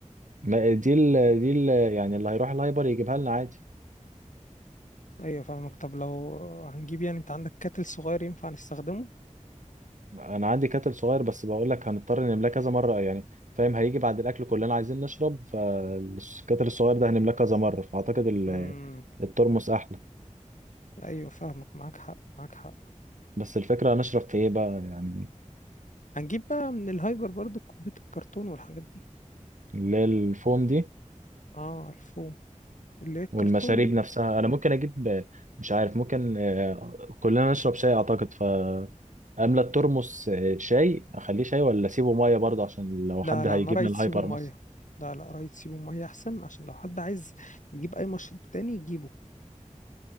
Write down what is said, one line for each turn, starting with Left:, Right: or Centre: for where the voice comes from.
Right: ما دي ال دي ال يعني اللي هيروح الهايبر يجيبها لنا عادي
Left: ايوه فاهمك طب لو هنجيب يعني انت عندك كاتل صغير ينفع نستخدمه
Right: انا عندي كتل صغير بس بقول لك هنضطر نملاه كذا مره يعني فاهم هيجي بعد الاكل كلنا عايزين نشرب فالكتل الصغير ده هنملاه كذا مره فاعتقد ال-
Left: امم
Right: الترمس احلى
Left: ايوه فاهمك معاك حق معاك حق
Right: بس الفكرة هنشرب في ايه بقى يعني
Left: هنجيب بقى من الهايبر برضو كوباية الكرتون والحاجات دي
Right: اللي هي الفوم دي
Left: اه الفوم اللي هي الكرتون
Right: والمشاريب
Left: دي
Right: نفسها انا ممكن اجيب مش عارف ممكن آه، كلنا نشرب شاي اعتقد فاملى الترمس آه، شاي اخليه شاي ولا اسيبه ميه برضه عشان لو
Left: لا
Right: حد
Left: لا
Right: هيجيب
Left: انا رايت
Right: من الهايبر
Left: سيبه ميه
Right: مثلا
Left: لا لا رايت سيبه ميه احسن عشان لو حد عايز يجيب اي مشروب تاني يجيبه